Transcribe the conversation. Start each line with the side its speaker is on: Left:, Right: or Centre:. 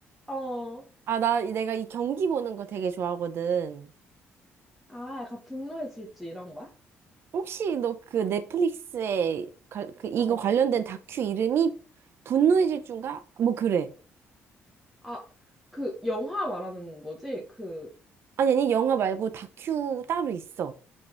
Centre: 어,
Right: 아, 나, 내가 이 경기 보는 거 되게 좋아하거든.
Centre: 아, 약간 분노의 질주 이런 거야?
Right: 혹시 너 그 넷플릭스에, 가- 그, 이거
Centre: 어,
Right: 관련된 다큐 이름이 분노의 질주인가? 뭐, 그래.
Centre: 아, 그 영화 말하는 거지? 그거.
Right: 아니, 아니, 영화 말고 다큐 따로 있어.